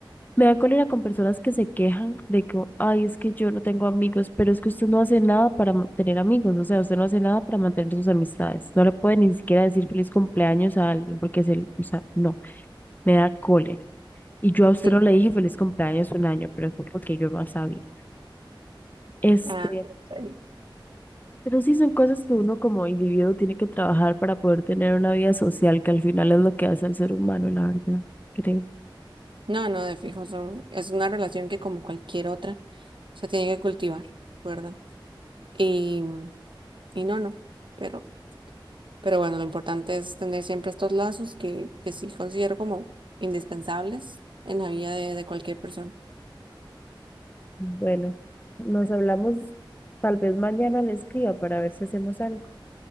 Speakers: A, on the left (about 20°); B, on the right (about 70°).
A: Me da cólera con personas que se quejan de que, ay, es que yo no tengo amigos, pero es que usted no hace nada para ma- tener amigos, o sea, usted no hace nada para mantener sus amistades. No le puede ni siquiera decir feliz cumpleaños a alguien porque se, le- o sea, no, me da cólera. Y yo a usted
B: Sí.
A: no le dije feliz cumpleaños un año, pero fue porque yo no sabía. Este,
B: Ah, está bien.
A: pero sí son cosas que uno como individuo tiene que trabajar para poder tener una vida social, que al final es lo que hace al ser humano, la verdad, creo.
B: No, no, de fijo son, es una relación que como cualquier otra se tiene que cultivar, ¿verdad? Y, y no, no. Pero, pero bueno, lo importante es tener siempre estos lazos que, que sí considero como indispensables en la vida de, de cualquier persona.
A: Bueno, nos hablamos tal vez mañana le escriba para ver si hacemos algo.